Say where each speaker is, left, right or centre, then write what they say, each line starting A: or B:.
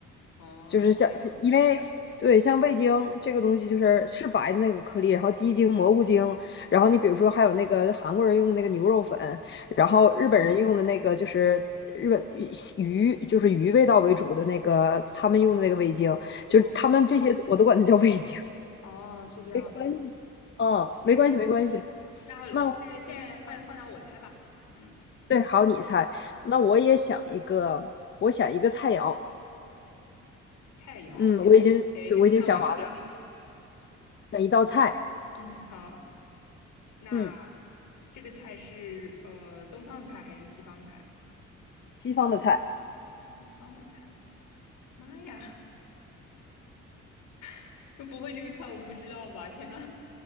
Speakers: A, on the left; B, on the left.
A: 哦，
B: 就是像因为对像味精这个东西就是是白的那个颗粒，
A: 是这样，
B: 然后鸡精、蘑菇精，然后你比如说还有那个韩国人用的那个牛肉粉，
A: 嗯，
B: 然后日本人用的那个就是日本鱼鱼就是鱼味道为主的那个他们用的那个味精，就是他们这些我都管它叫味精，
A: 哦，哦，是这样，
B: 没关系，嗯，
A: 没事，
B: 没关系没关系。
A: 那现在现在换换到我猜吧，
B: 那
A: 嗯，
B: 对，好，你猜，那我也想一个，我想一个菜肴。
A: 菜肴，
B: 嗯，我已经对我已经想完了，
A: 哎，这个范围好大。
B: 选一道菜，
A: 嗯，好，那
B: 嗯，
A: 这个菜是呃东方的菜还是西方的菜？
B: 西方的菜，
A: 西方的菜，妈呀，<laughs> 那不会这个菜我不知道吧？天呐，